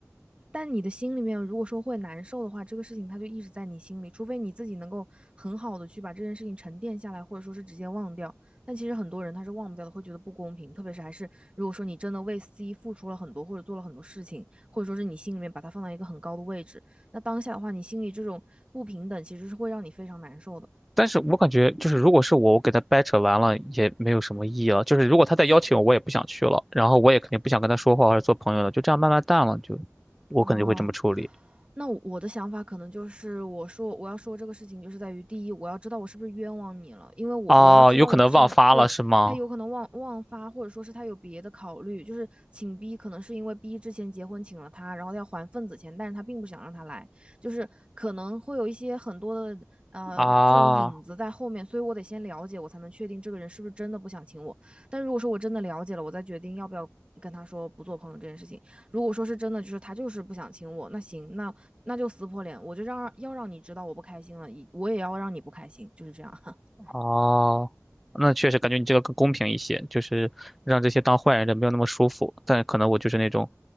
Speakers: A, on the right; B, in the centre.
A: 但你的心里面如果说会难受的话，这个事情它就一直在你心里，除非你自己能够很好的去把这件事情沉淀下来，或者说是直接忘掉。但其实很多人他是忘不掉的，会觉得不公平，特别是还是如果说你真的为 C 付出了很多，或者做了很多事情，或者说是你心里面把它放到一个很高的位置，那当下的话，你心里这种不平等其实是会让你非常难受的。
B: 但是我感觉就是，如果是我，我给他掰扯完了也没有什么意义了。就是如果他再邀请我，我也不想去了，然后我也肯定不想跟他说话或者做朋友了，就这样慢慢淡了，就我可能就会这么处理。
A: 哦，那我我的想法可能就是，我说我要说这个事情，就是在于第一，我要知道我是不是冤枉你了，因为我我要知道的是，
B: 哦，有可能忘发了是吗？
A: 对，他有可能忘忘发，或者说是他有别的考虑，就是请 B 可能是因为 B 之前结婚请了他，然后要还份子钱，但是他并不想让他来，就是可能会有一些很多的呃这种影子在后面，
B: 啊，
A: 所以我得先了解，我才能确定这个人是不是真的不想请我。但如果说我真的了解了，我再决定要不要跟他说不做朋友这件事情。如果说是真的，就是他就是不想亲我，那行，那那就撕破脸，我就让要让你知道我不开心了，我也要让你不开心，就是这样。<laughs>
B: 哦，那确实感觉你这个更公平一些，就是让这些当坏人的没有那么舒服。但可能我就是那种，